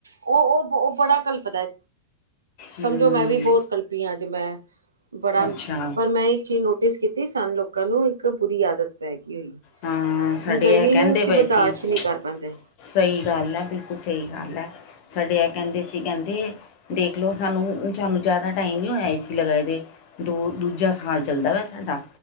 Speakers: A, on the right; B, on the left.
A: ਓ ਓ ਓਹ ਬੜਾ ਕਲਪਦੈ।
B: ਹਮ
A: ਸਮਝੋ ਮੈਂ ਵੀ ਬੌਤ ਕਲਪੀ ਆਂ ਅੱਜ ਮੈਂ, ਬੜਾ
B: ਅੱਛਾ
A: ਪਰ ਮੈਂ ਇੱਕ ਚੀਜ਼ ਨੋ ਟਿਸ ਕੀਤੀ ਸਾਨੂੰ ਲੋਕਾਂ ਨੂੰ ਇੱਕ ਬੁਰੀ ਆਦਤ ਪੈ ਗੀ ਹੋਈ।
B: ਹਾਂ, ਸਾਡੇ
A: ਹੁਣ ਗਰਮੀ
B: ਐਹ ਕੈੰਦੇ
A: ਨੂੰ ਅਸੀਂ
B: ਪਏ
A: ਬਰਦਾਸ਼ਤ
B: ਸੀ ਸਹੀ
A: ਨਹੀਂ ਕਰ ਪਾਉਂਦੇ
B: ਗੱਲ ਐ, ਬਿਲਕੁਲ ਸਹੀ ਗੱਲ ਐ। ਸਾਡੇ ਐ ਕੈੰਦੇ ਸੀ ਕੈੰਦੇ ਦੇਖਲੋ ਸਾਨੂੰ ਸਾਨੂੰ ਜੈਦਾ ਟਾਈਮ ਨੀ ਹੋਇਆ ਏ ਸੀ ਲਗਾਏ ਦੇ ਦੋ ਦੂਜਾ ਸਾਲ ਚੱਲਦਾ ਪੈ ਸਾਡਾ।